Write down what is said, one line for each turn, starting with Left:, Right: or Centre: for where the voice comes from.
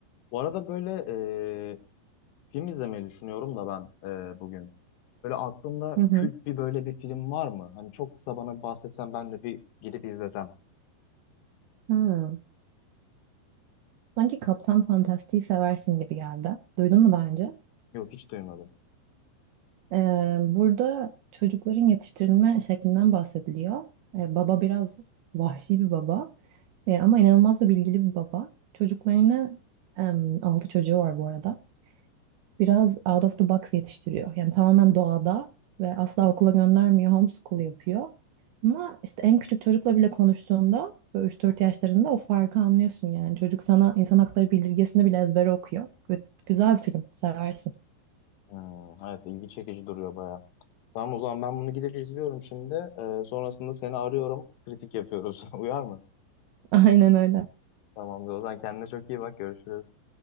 Left: Bu arada böyle e, film izlemeyi düşünüyorum da ben e, bugün. Böyle aklında
Right: Hı hı.
Left: kült bir böyle bir film var mı? Hani çok kısa bana bir bahsetsen ben de bir gidip izlesem.
Right: Ha. Sanki Kaptan Fantastik'i seversin gibi geldi. Duydun mu daha önce?
Left: Yok hiç duymadım.
Right: E, burada çocukların yetiştirilme şeklinden bahsediliyor. E, baba biraz vahşi bir baba E, ama inanılmaz da bilgili bir baba. Çocuklarını, em, altı çocuğu var bu arada. biraz out of the box yetiştiriyor. Yani tamamen doğada ve asla okula göndermiyor, homeschool yapıyor. Ama işte en küçük çocukla bile konuştuğunda böyle 3-4 yaşlarında o farkı anlıyorsun yani. Çocuk sana insan hakları bildirgesini bile ezbere okuyor. Gü- Güzel bir film, seversin.
Left: Hmm, evet ilgi çekici duruyor baya. Tamam o zaman ben bunu gidip izliyorum şimdi. E, sonrasında seni arıyorum. Kritik yapıyoruz. <laughs> Uyar mı?
Right: <laughs> Aynen öyle.
Left: Tamamdır o zaman kendine çok iyi bak görüşürüz.